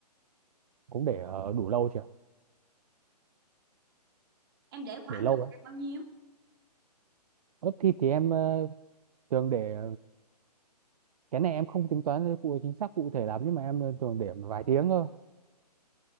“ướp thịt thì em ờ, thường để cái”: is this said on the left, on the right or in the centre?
Right